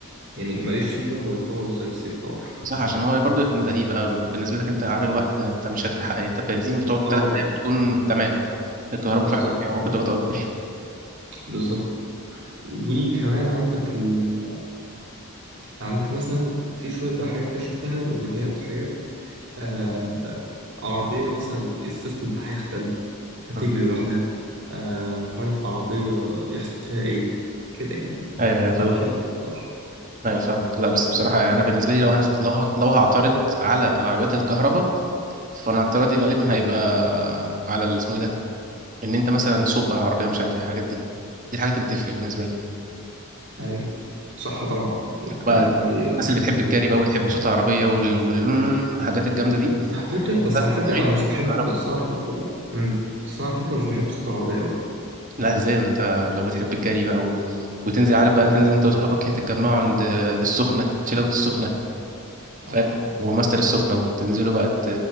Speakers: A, on the right (about 55°); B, on the right (about 35°).
A: يعني ماليش فيه بقى هو يتطور ازاي بس يتطور
B: صح عشان هو برضه انت يبقى بالنسبه لك انت عامل وقت انت مش هتلحق انت البنزين بتقعد
A: اه
B: ثلاث ايام بتكون تمام الكهرباء
A: بالظبط
B: فعلا فيها قدرات اكبر
A: بالظبط وكمان عندك ال... عندك مثلا في شويه بقى حاجات كده شفتها وفيديوهات وحاجات آه... عربيه مثلا السيستم بتاعها يختل فتجري
B: مم.
A: لوحدها آه... مش عارف عربيه يحصل فيها ايه كده يعني
B: ايوه ايوه فاهم
A: فبخاف الصراحه
B: ايوه فاهم لا بس بصراحه انا بالنسبه لي لو انا لو ه- لو هعترض على العربيات الكهرباء فانا اعتراضي غالبا هيبقى على ال- اسمه إيه ده ان انت مثلا سوق بقى عربيه مش عارف إيه، الحاجات دي دي الحاجات اللي بتفرق بالنسبه لي
A: ايوه صح طبعا
B: انت بقى
A: يعني
B: الناس اللي بتحب الجري بقى وتحب صوت العربيه والحاجات الجامده دي
A: بس على فكره بس
B: لا،
A: على فكره
B: ده غير
A: انا مش بحب
B: الكهرباء
A: بس أنا على فكره امم بس أنا على فكره مش بحب صوت العربيه قوي
B: لا ازاي ده انت لو بتحب الجري بقى و... وتنزل عارف بقى تنزل انت واصحابك كده تتجمعوا عند السخنة شلة السخنة ف...
A: اه
B: وماستر السخنة وتنزلوا بقى ت...